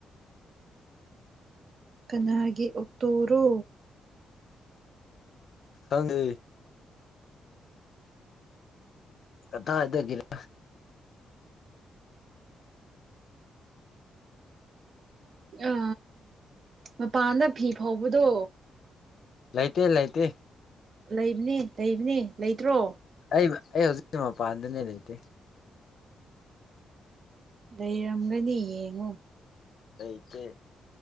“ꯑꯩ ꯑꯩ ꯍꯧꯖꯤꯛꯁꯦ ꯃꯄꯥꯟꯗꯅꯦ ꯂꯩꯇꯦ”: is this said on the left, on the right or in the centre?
Left